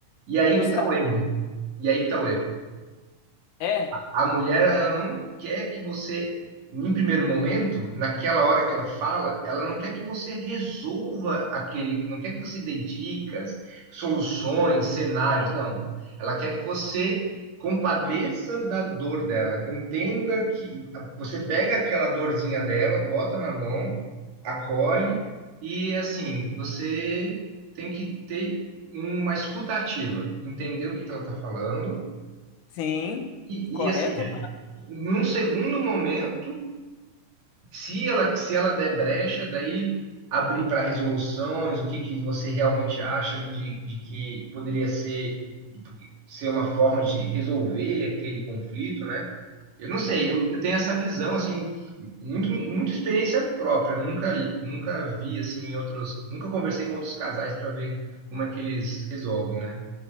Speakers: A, on the right (about 75°); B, on the left (about 75°).
A: E aí
B: justa.
A: que está o erro. E aí que está o erro
B: É.
A: a mulher ela não quer que você, em primeiro momento, naquela hora que ela fala, ela não quer que você resolva aquele, não quer que você dê dicas, soluções, cenários, não. Ela quer que você compadeça
B: Hum.
A: da dor dela, entenda que você pega aquela dorzinha dela, bota na mão, acolhe e assim, você tem que ter uma escuta ativa, entender o que que ela está falando
B: Sim,
A: e,
B: correto?
A: e, assim, num segundo momento, se ela, se ela der brecha, daí abrir para resoluções, o que, que você realmente acha ali de, de que poderia ser, ser uma forma de resolver aquele conflito, né? Eu não sei,
B: Uhum.
A: eu, eu tenho essa visão, assim, muito, muita experiência própria. Eu nunca, nunca vi, assim, em outros. Nunca conversei com outros casais para ver como é que eles resolvem, né?